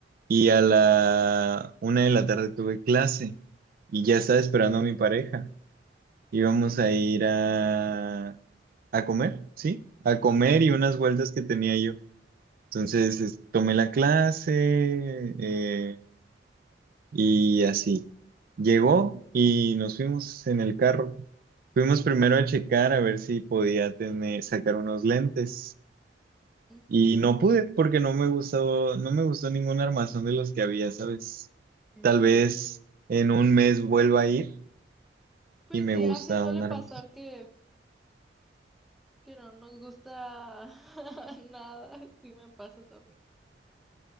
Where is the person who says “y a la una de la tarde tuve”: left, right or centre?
Right